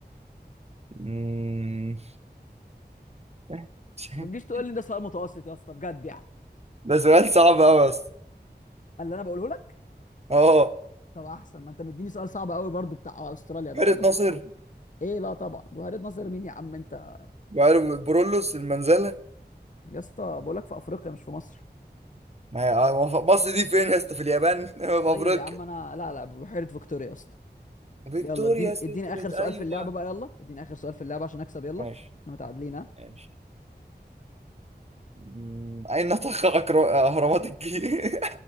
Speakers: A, on the right; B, on the left.
A: أمم. <laughs>
B: بس ما تجيش تقول لي ده سؤال متوسط يا اسطى بجد يعني
A: ده سؤال صعب قوي يا اسطى
B: اللي انا بقوله لك
A: اه
B: طب احسن ما انت مديني سؤال صعب قوي برضو بتاع استراليا ده
A: بحيرة
B: والله
A: ناصر
B: ايه لا طبعا بحيره ناصر مين يا عم انت
A: بحيرة برولوس المنزلة
B: يا اسطى بقول لك في افريقيا مش في مصر
A: ما هي- مصر دي فين يا اسطى في اليابان <laughs>
B: طيب
A: في افريقيا
B: يا عم انا لا لا بحيرة فيكتوريا يا اسطى
A: فيكتوريا
B: يلا اديني
A: سيكريت
B: اديني اخر سؤال
A: ايوه
B: في اللعبة بقى يلا اديني اخر سؤال في اللعبة عشان اكسب يلا
A: ماشي
B: احنا متعادلين ها
A: ماشي أمم. اين تقع أكرو- اهرامات الجيزة